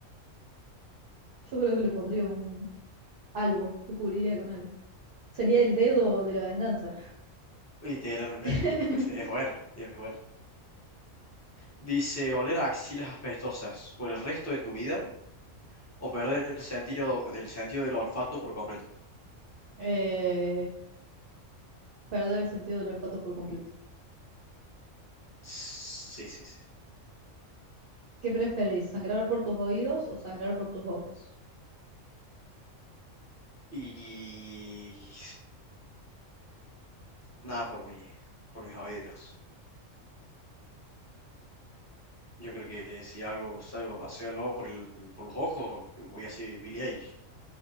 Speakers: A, on the right; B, on the left.
A: yo creo que le pondría un algo, lo cubriría con algo. Sería el dedo de la venganza.
B: Literalmente,
A: <laughs>
B: pues es buena, es buena. Dice, oler a axilas apestosas por el resto de tu vida o perder el sentido, del sentido del olfato por completo.
A: Eh, Perder el sentido del olfato por completo.
B: Sí, sí, sí.
A: ¿Qué preferís? ¿Sangrar por tus oídos o sangrar por tus ojos?
B: Y nada por mí, por mis oídos. Yo creo que si algo salgo hacia el por el- por los ojos, que voy a ser Billie Eilish.